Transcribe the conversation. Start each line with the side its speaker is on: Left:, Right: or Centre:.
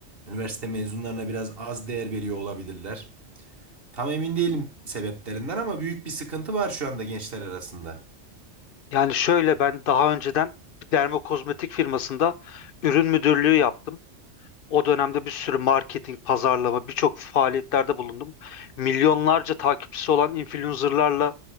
Right: üniversite mezunlarına biraz az değer veriyor olabilirler. Tam emin değilim sebeplerinden ama büyük bir sıkıntı var şu anda gençler arasında.
Left: Yani şöyle ben daha önceden bir dermokozmetik firmasında ürün müdürlüğü yaptım. O dönemde bir sürü marketing, pazarlama, birçok faaliyetlerde bulundum. Milyonlarca takipçisi olan influencerlarla